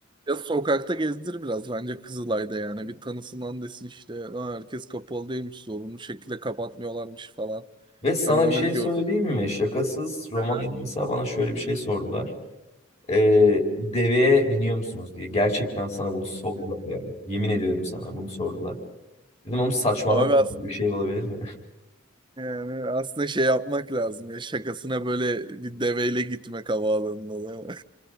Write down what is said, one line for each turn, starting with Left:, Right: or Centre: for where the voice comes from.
Right: Ya sokakta gezdir biraz bence Kızılay'da yani. Bir tanısından desin işte. Lan herkes kapalı değilmiş. Zorunlu şekilde kapatmıyorlarmış falan.
Left: Ve sana
Right: Hani onu
Left: bir şey
Right: bir gör.
Left: söyleyeyim
Right: <laughs>
Left: mi? Şakasız Romanya'da
Right: Aha.
Left: mesela bana şöyle bir şey sordular. Ee, deveye biniyor musunuz diye. Gerçekten sana bunu sordular yani. Yemin ediyorum sana bunu sordular. Dedim oğlum saçmalama
Right: Abi aslında,
Left: bir şey olabilir mi?
Right: yani aslında şey yapmak lazım ya. Şakasına böyle bir deveyle gitmek havaalanına. değil mi?